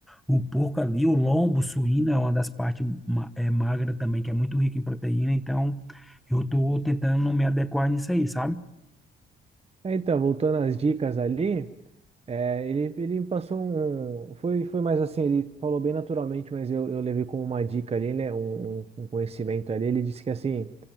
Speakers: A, in the centre; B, on the right.
A: o porco ali, o lombo suíno é uma das partes ma é, magra também, que é muito rica em proteína, então eu tô tentando me adequar nisso aí, sabe?
B: É, Então, voltando às dicas ali. É, ele, ele me passou um. Foi, foi mais assim, ele falou bem naturalmente, mas eu, eu levei como uma dica ali, né? Um, um- um conhecimento ali. Ele disse que assim,